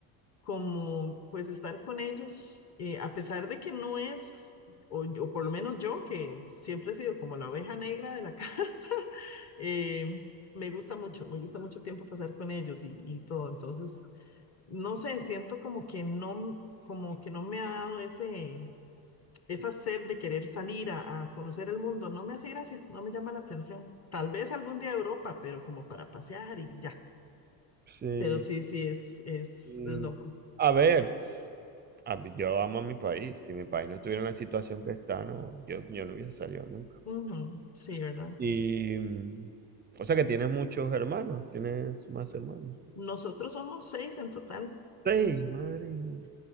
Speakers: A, on the left; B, on the right.
A: como pues estar con ellos, eh, a pesar de que no es, o, o por lo menos yo, que siempre he sido como la oveja negra de la <laughs> casa, eh, me gusta mucho, me gusta mucho tiempo pasar con ellos y, y todo. Entonces, no sé, siento como que no, m- como que no me ha dado ese, esa sed de querer salir a, a conocer el mundo. No me hace gracia, no me llama la atención. Tal vez algún día a Europa, pero como para pasear y ya.
B: sí.
A: Pero sí, sí, es, es,
B: Y,
A: es loco.
B: a ver, a mí- yo amo a mi país. Si mi país no estuviera en la situación que está, no, yo, yo no hubiese salido nunca.
A: Ujú, sí, ¿verdad?
B: Y, mm, o sea que tienes muchos hermanos, tienes más hermanos.
A: Nosotros somos seis en total.
B: Seis, madre mía.